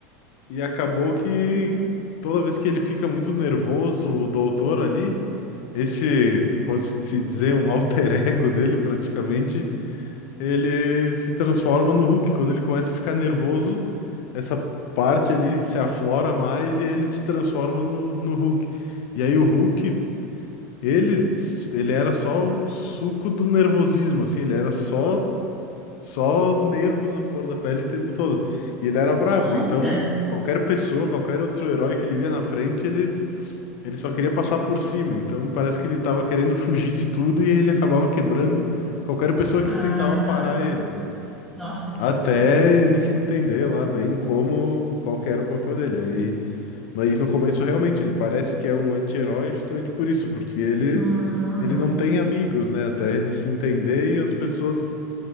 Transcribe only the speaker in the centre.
Uhum.
Nossa.
Ah,
nossa.
Hum.